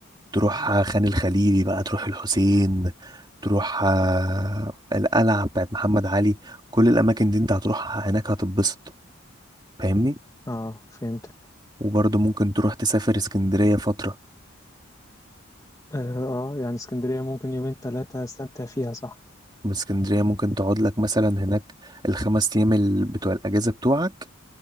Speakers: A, on the right (about 20°); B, on the left (about 15°).
A: تروح خان الخليلي بقى تروح الحسين تروح آه، القلعه بتاعت محمد علي كل الاماكن دي انت هتروح هناك هتتبسط فاهمني
B: اه فهمتك
A: وبرضو ممكن تروح تسافر اسكندريه فتره
B: اه آه، يعني اسكندرية ممكن يومين ثلاثة استمتع فيها صح
A: من اسكندريه ممكن تقعد لك مثلا هناك الخمس ايام ال- بتوع الاجازه بتوعك